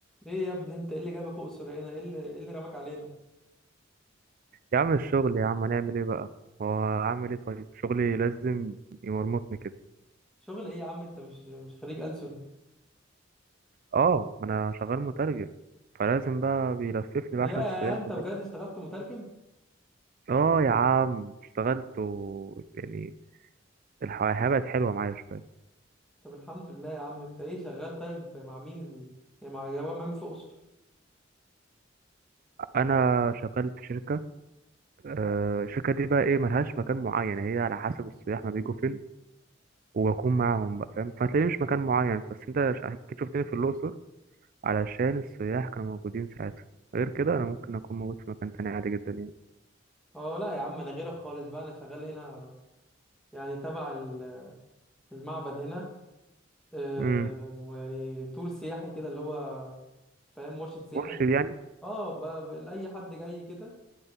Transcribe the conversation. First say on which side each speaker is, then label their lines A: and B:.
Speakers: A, in the centre; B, on the right.
A: ايه يا ابني انت ايه اللي جابك اقصر هنا ايه اللي ايه اللي رماك علينا
B: يا عم الشغل يا عم هنعمل ايه بقى هو اعمل ايه طيب شغلي لازم يمرمطني كده
A: شغل ايه يا عم انت مش مش خريج ألسن
B: اه ما انا شغال مترجم فلازم بقى بيلففني
A: يا
B: بقى عشان السياح
A: انت
B: وكده
A: بجد اشتغلت مترجم
B: اه يا عم اشتغلت و يعني الحياة بقت حلوة معايا شوية
A: طب الحمد لله يا عم انت ايه شغال طيب مع مين ال... يعني مع جماعة مين في اقصر
B: انا شغال في شركة آه، الشركة دي بقى ايه ملهاش مكان معين هي على حسب السياح ما بيجوا فين وبكون معاهم بقى فاهم فتلاقيني مش مكان معين بس انت ش- اكيد شفتني في الاقصر علشان السياح كانوا موجودين ساعتها غير كده انا ممكن اكون موجود في مكان تاني عادي جدا يعني
A: اه لا يا عم انا غيرك خالص بقى انا شغال هنا يعني تبع ال- المعبد هنا اه
B: امم
A: يعني تور سياحي كده اللي هو فاهم مرشد سياحي
B: مرشد
A: لل...
B: يعني
A: اه ب... ب- لاي حد جاي كده